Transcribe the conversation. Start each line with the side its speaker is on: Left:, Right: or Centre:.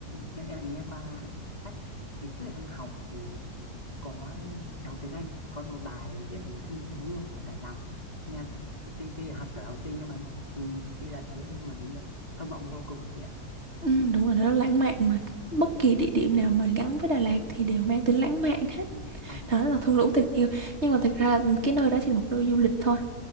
Left: em em lại nghe qua sách ngày trước em học thì có em học tiếng Anh có một bài viết về công thức tình yêu ở Đà Lạt nghe tuy tuy là học tuổi học sinh nhưng mà ừ, tuy là thế nhưng mà nghe thơ mộng vô cùng chị ạ
Right: ừm, đúng rồi nó rất lãng mạn mà bất kỳ địa điểm nào mà gắn với Đà Lạt thì đều mang tính lãng mạn hết
Left: vâng
Right: đó là thung lũng tình yêu nhưng mà thực ra là cái nơi đó chỉ là một nơi du lịch thôi